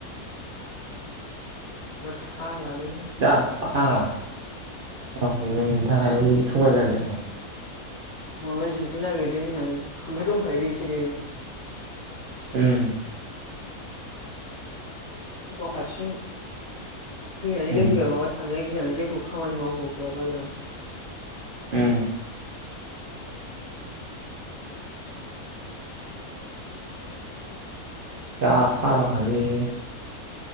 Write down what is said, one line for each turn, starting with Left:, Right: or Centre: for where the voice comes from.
Left: थोद फाग्लालै
Right: जा <unintelligible> औ नोंनि थाखायनो <unintelligible> थगायबाय आरो <unintelligible>
Left: माबा जिदनो नागिरदोंनो होनो दंखायोलै बिसोरो
Right: ओम
Left: <inaudible> गाव हारसिं फैनानै
Right: उम
Left: लोंफैबा माबा सानजानो गिनानै लों थ' खामानि <unintelligible> बायग्रा
Right: ओम
Left: <inaudible>
Right: जा <unintelligible> खालै